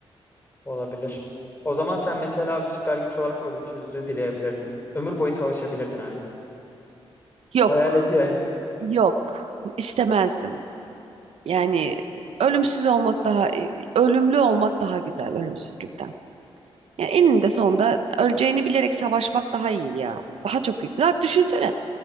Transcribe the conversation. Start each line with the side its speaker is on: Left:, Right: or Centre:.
Left: Olabilir. O zaman sen mesela süper güç olarak ölümsüzlüğü dileyebilirdin. Ömür boyu savaşabilirdin Haydi.
Right: Yok,
Left: Hayal et yani.
Right: yok istemezdim. Yani ölümsüz olmak daha, ölümlü olmak daha güzel ölümsüzlükten. Yani eninde sonunda öleceğini bilerek savaşmak daha iyi ya. Daha çok güzel. Zaten düşünsene